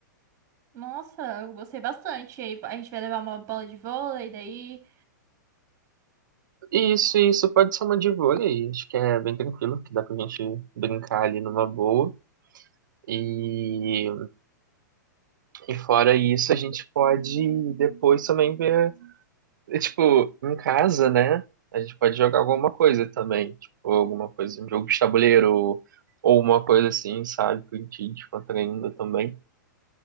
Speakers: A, on the right (about 30°); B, on the right (about 75°).
A: Nossa, eu gostei bastante. E aí a gente vai levar uma bola de vôlei, daí
B: E Isso, isso pode ser uma de vôlei, acho que é bem tranquilo, que dá pra gente brincar ali numa boa. E, e fora isso, a gente pode depois também ver E, tipo, em casa, né? A gente pode jogar alguma coisa também. Tipo, alguma coisa, um jogo de tabuleiro ou uma coisa assim, sabe? Que a gente descontraindo também.